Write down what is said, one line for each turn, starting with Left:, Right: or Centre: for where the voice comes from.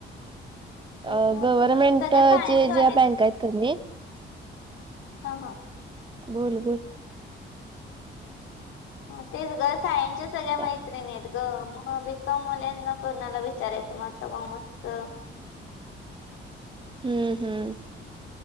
Left: तेच
Right: अ
Left: म्हणत
Right: गव्हर्मेंटचे
Left: सगळ्या सायन्स वाल्या
Right: ज्या
Left: आहेत
Right: बँक कणी
Left: हा हा
Right: बोल बोल
Left: ह तेच ग सायन्सच्या सगळ्या मैत्रिणी
Right: काय
Left: आहेत ग मग बीकॉम वाल्यांना कोणाला विचारायचं म आता कॉमर्सच
Right: हम्म हम्म